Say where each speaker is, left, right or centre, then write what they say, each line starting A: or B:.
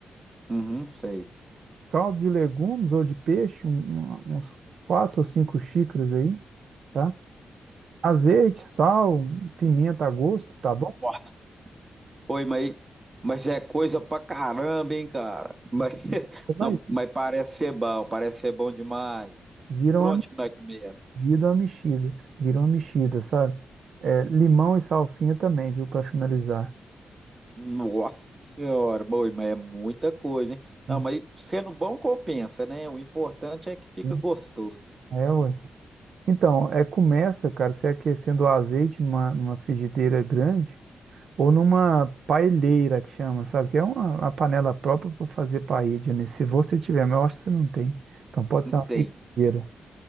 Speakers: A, on the right (about 25°); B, on the right (about 75°).
A: uhum, sei.
B: Caldo de legumes ou de peixe, um- um- uns quatro ou cinco xícaras aí, tá? Azeite, sal, pimenta a gosto, tá bom?
A: Nossa. Oi, mas, mas é coisa pra caramba, hein, cara? Mas, <laughs>
B: Vai,
A: não, mas parece ser bom, parece ser bom demais.
B: vira
A: Por
B: uma,
A: onde que nós começa?
B: vira uma mexida, vira uma mexida, sabe? É, limão e salsinha também, viu, para finalizar.
A: Nossa senhora, boi, mas é muita coisa, hein?
B: Isso,
A: Não, mas sendo bom compensa, né? O importante é que fica
B: né?
A: gostoso.
B: É, ué. Então, é, começa, cara, você aquecendo o azeite numa, numa frigideira grande ou numa paelheira que chama, sabe? Que é uma, uma panela própria para fazer paella, né? Se você tiver, mas eu acho que você não tem. Então pode
A: Entendo.
B: ser uma frigideira.